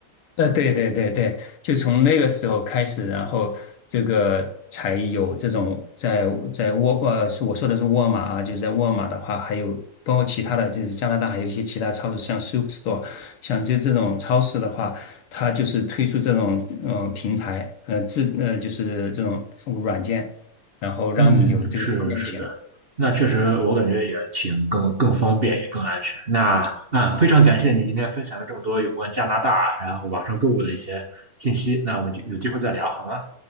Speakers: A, on the left; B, on the right.
A: 呃，对对对对，就从那个时候开始，然后这个才有这种在在沃呃，是我说的是沃尔玛啊，就是在沃尔玛的话，还有包括其他的，就是加拿大还有一些其他超市，像 Superstore，像这这种超市的话，它就是推出这种嗯、呃平台，呃自呃就是这种软件，然后让你有这个方面的选择。
B: 嗯，是是的，那确实我感觉也挺更更方便，也更安全。那啊，非常感谢你今天分享了这么多有关加拿大，然后网上购物的一些信息。那我们就有机会再聊好吗？